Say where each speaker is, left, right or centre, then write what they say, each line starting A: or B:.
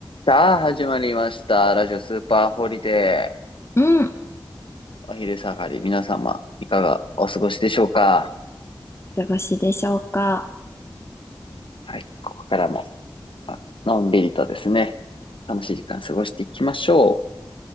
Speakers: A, on the left; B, on the left.
A: さあ、始まりました。ラジオスーパーホリデー。
B: うん。
A: お昼下がり、皆様、いかがお過ごしでしょうか
B: お過ごしでしょうか。
A: はい、ここからも、まあのんびりとですね、楽しい時間過ごしていきましょ